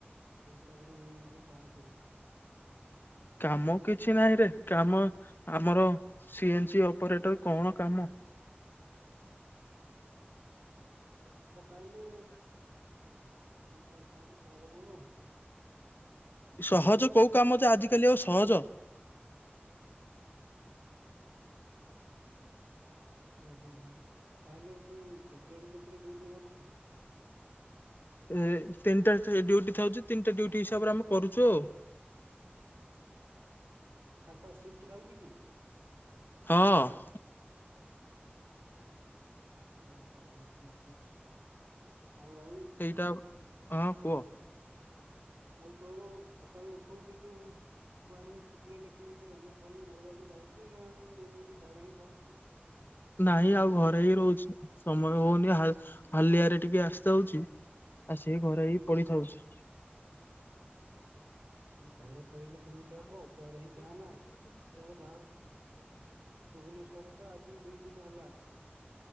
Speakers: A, on the right; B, on the left.
A: ସେଇ ହିସାବରେ ମୁଁ ମଧ୍ୟ ପ୍ଲାନ୍ କରୁଚି।
B: କାମ କିଛି ନାହିଁ ରେ କାମ ଆମର ସିଏନ୍ସି ଅପରେଟର କଣ କାମ।
A: <inaudible> ଆଛା ତାହେଲେ ଆଛା ତାହେଲେ ସହଜ କାମ।
B: ସହଜ କୋଉ କାମ ଜେ ଆଜିକାଲି ଆଉ ସହଜ।
A: ଓହୋ ହୋ ତାହେଲେ ତୁ କେତେଟାରୁୁ କେତେଟା ଡ୍ୟୁଟି କରୁଛୁ।
B: ଏ ତିନିଟା ଡ୍ୟୁଟି ଥାଉଚି ତିନିଟା ଡ୍ୟୁଟି ହିସାବରେ ଆମେ କରୁଚୁ ଆଉ।
A: ଆଚ୍ଛା ସିଫ୍ଟ ଥାଉଛି କି।
B: ହଁ।
A: ଓହୋ ହୋ ହୋ ହୋ ଆଉ ଭାଇ।
B: ସେଇଟା ହଁ କୁହ।
A: ଆଉ ତୋର ସକାଳୁ ଉଠୁ ଉଠୁ ତୁ କୁଆଡେ ଫିଯିକର୍ଲ୍ଲି ଏକ୍ଟିଭିଟୀ ମାରିବାକୁ ଯାଉଚୁ ନା ଏମିତି ଘରେଇ ଥାଉଛୁ।
B: ନହିଁ ଆଉ ଘରେ ହିଁ ରହୁଛି ସମୟ ହଉନି ହାଲିଆରେ ଟିକେ ଆସିଥାାଉଚି। ଆସିକି ଘରେ ହେଇ ପଡିିଥାଉଛି।
A: ଘରେ ପଳିଲେ କେମିତି ହବ କୁଆଡେ ହେଇ ଯା ନା କୁଆଡେ ବାହାରକୁ। ଭୁବନେଶ୍ଵର ତ ଆଜି ଦୁଇ ଦିନ ହେଲା